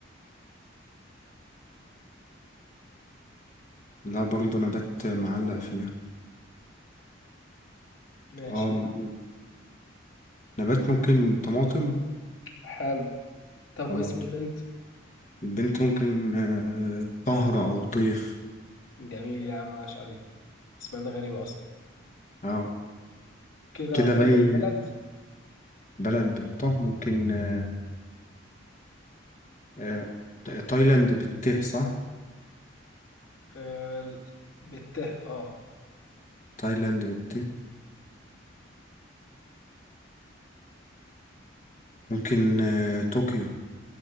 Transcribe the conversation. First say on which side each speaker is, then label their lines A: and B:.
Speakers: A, on the left; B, on the left.
A: لا برضه نبات معلق فيها
B: ماشي
A: اه م-
B: يا عم
A: نبات ممكن طماطم
B: حلو طب
A: طماطم
B: واسم البنت
A: البنت ممكن آه، طهر أو طيف
B: جميل يا عم عاش عليه اسمها ده غريبة أصلا
A: اه
B: كده
A: كده
B: فاضل
A: باي
B: بلد
A: بلد بالطه ممكن آه، آه، تايلاند بالته صح
B: آه بالته اه
A: تايلاند بالته ممكن آه، طوكيو